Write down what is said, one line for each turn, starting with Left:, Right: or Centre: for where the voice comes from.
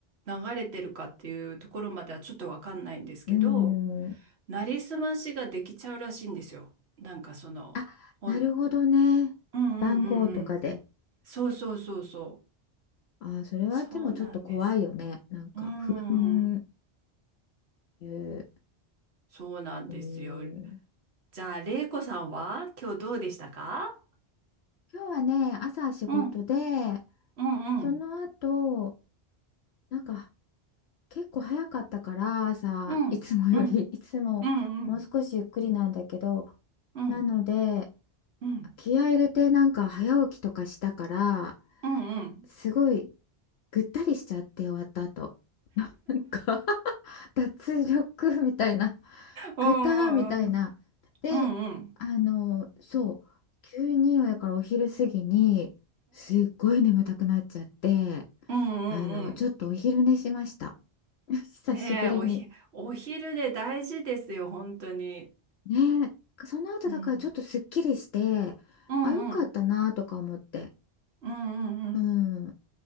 Right: 流れてるかっていうところまではちょっとわかんないんですけど、
Left: うーん。
Right: なりすましができちゃうらしいんですよ。なんかその、
Left: あ、
Right: おうん
Left: なるほどね。
Right: うんうんうん。
Left: 番号とかで。
Right: そうそうそうそう。
Left: あ、それはでもちょっと怖いよね。
Right: そうなんですよ。
Left: なんか不安
Right: うーん。
Left: いう。
Right: そうなんですよ。
Left: うーん。
Right: じゃあ、れいこさんは今日どうでしたか
Left: 今日はね、朝仕事で、
Right: うん、うん、
Left: その後、
Right: うん、
Left: なんか結構早かったから、朝、
Right: うん、
Left: いつもより、
Right: うん、
Left: いつももう少しゆっくりなんだけど、
Right: うん、うん、うん、
Left: なので、
Right: うん、
Left: 気合い入れてなんか早起きとかしたから
Right: うん、うん、
Left: すごいぐったりしちゃって終わった後 <laughs> なんか <laughs> 脱力みたいな <laughs>
Right: うん、
Left: ぐたーみたいなであのそう急にやからお昼過ぎにすっごい眠たくなっちゃって
Right: うん、うん、うん、
Left: あのちょっとお昼寝しました
Right: うん。
Left: <laughs> 久しぶりに
Right: ねえ、おひ、お昼で大事ですよ、本当に。
Left: ねえその後だからちょっとすっきりしてあよかったなとか思って
Right: うん、うん、うん、うん、うん、うん。
Left: うん